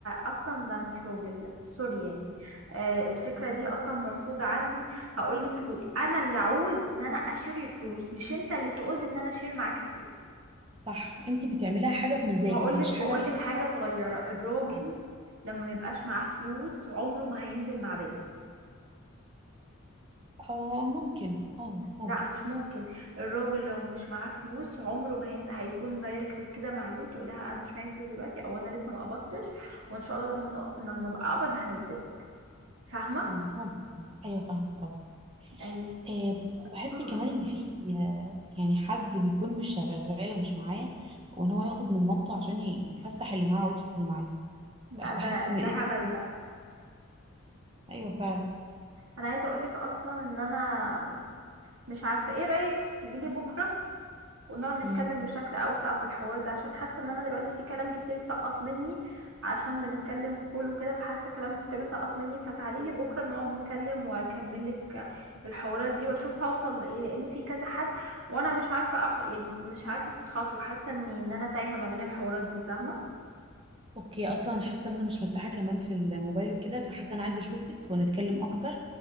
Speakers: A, on the right; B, on the right.
A: اصلا ده مش راجل سوري يعني آه الفكره
B: عندك
A: دي اصلا مرفوضه عندي هقول لك ليه انا اللي عاوز ان انا اشير الفلوس مش انت اللي تعوز ان انا اشير معاك الفلوس
B: صح انت بتعملها حاجه بمزاج
A: وهقول
B: مش
A: لك
B: حاجه
A: وهقول
B: انت
A: لك حاجة صغيرة
B: مغصوبة
A: الراجل
B: عليها
A: لما ما يبقاش معاه فلوس عمره ما هينزل مع بنت
B: آه ممكن اه ممكن
A: لا مش ممكن الراجل لو مش معاه فلوس عمره ما هينزل هيكون دايركت كده مع البنت يقول لها انا مش معايا فلوس دلوقتي او انا لسه ما قبضتش وان شاء الله لما نق... لما ابقى اقبض هنزله فاهمة
B: مم، ممكن ايوه فاهمة طبعا
A: ايوه
B: آه بس بحس
A: أمم.
B: كمان ان في آه، يعني حد بيكون مش شغال ومش معاه وان هو ياخد من مامته عشان يفسح اللي معاه ويبسط اللي معاه
A: لا
B: بحس
A: ده ده
B: ان ايه
A: هبل بقى
B: ايوه فعلا
A: انا عايزة اقول لك اصلا ان انا مش عارفة ايه رأيك تجيلي بكرة ونقعد نتكلم
B: مم.
A: بشكل أوسع في الحوار ده عشان حاسة إن أنا دلوقتي في كلام كتير سقط مني عشان بنتكلم كل وكده فحاسة كلام كتير سقط مني فتعاليلي بكرة نقعد نتكلم وأكملك الحوارات دي وأشوف هوصل لإيه لأن في كذا حد وأنا مش عارفة أخد يعني مش عارفة أخد خطوة حاسة إني إن أنا تايهة ما بين الحوارات دي فاهمة
B: اوكي اصلا حاسه ان انا مش مرتاحه كمان في الموبايل وكده فحاسه انا عايزه اشوفك ونتكلم اكتر